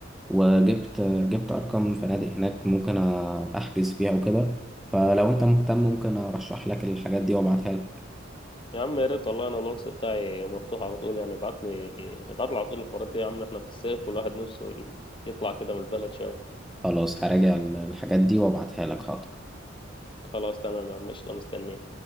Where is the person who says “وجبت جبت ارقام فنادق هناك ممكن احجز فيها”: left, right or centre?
Centre